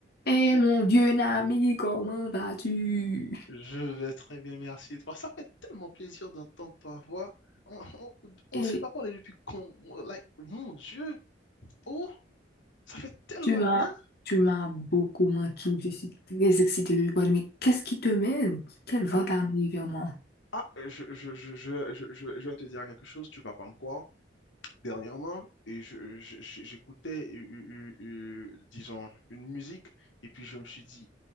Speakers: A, on the left; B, on the left.
A: Eh mon vieux ami, comment vas-tu?
B: Je vais très bien, merci. et Toi, ça fait tellement plaisir d'entendre ta voix. On, on,
A: Et
B: s'est pas parlé depuis qu'on, like, mon Dieu. Oh, ça fait tellement
A: tu m'as,
B: bien.
A: tu m'as beaucoup manqué. Je suis très excitée de te Mais qu'est-ce qui te mène? Quel vent
B: Ah,
A: t'a amené vers moi?
B: ah, je, je, je, je, je, je- je vais te dire quelque chose, tu vas pas me croire. Dernièrement, et je, je- je- j'écoutais, euh, euh, euh, euh, disons, une musique, et puis je me suis dit,